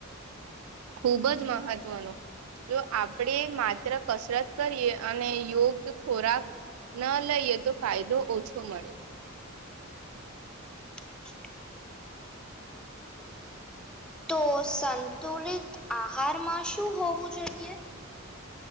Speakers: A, on the right (about 85°); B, in the centre.
A: ખૂબ જ મહત્વનો જો આપણેે માત્ર કસરત કરીએ અને યોગ ખોરાક ન લઈએ તો ફાયદો ઓછો મળે.
B: <unintelligible> તો સંતુલિત આહારમાં શું હોવું જોઈએ?